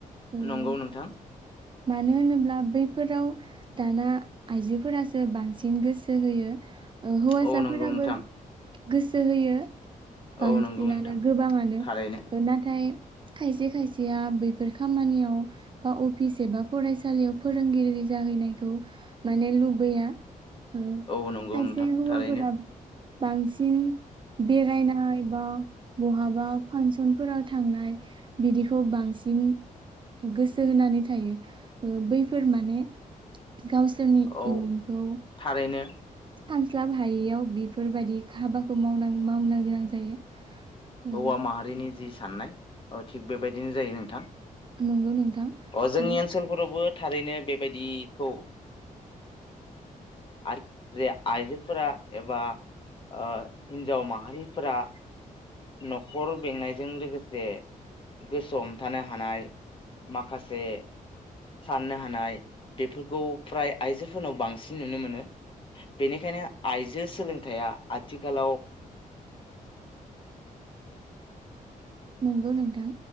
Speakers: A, on the right (about 35°); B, on the left (about 35°).
A: ओ,
B: नंगौ नोंथां
A: मानो होनोब्ला बैफोराव दाना आइजोफोरासो बांसिन गोसो होयो ओ हौवासाफोराबो
B: औ नंगौ नोंथां
A: गोसो होयो बांसिनानो
B: औ नंगौ नोंथां
A: गोबाङानो
B: थारैनो
A: नाथाय खायसे खायसेया बैफोर खामानियाव बा अफिस एबा फरायसालियाव फोरोंगिरि जाहैनायखौ माने लुबैया ओ
B: औ नंगौ
A: खायसे
B: नोंथां
A: हौवाफोरा
B: थारैनो
A: बांसिन बेरायरायना एबा बहाबा फांसनफोराव थांनाय बिदिखौ बांसिन गोसो होनानै थायो ओ बैफोर माने गावसोरनि
B: औ
A: इयुनखौ
B: थारैनो
A: सानस्लाब हायैयाव बेफोरबायदि हाबाखौ माव मावनो गोनां जायो ओ
B: हौवा माहारिनि जि साननाय औ थिग बेबायदिनो जायो नोंथां
A: नंगौ नोंथां
B: अ जोंनि
A: माने
B: ओनसोलफोरावबो थारैनो बेबायदिखौ <unintelligible> आइजोफोरा एबा ओ हिन्जाव माहारिफोरा नखर बेंनायजों लोगोसे गोसो हमथानो हानाय माखासे साननो हानाय बेफोरखौ फ्राय आइजोफोरनाव बांसिन नुनो मोनो बेनिखायनो आइजो सोलोंथाइया आथिखालाव
A: नंगौ नोंथां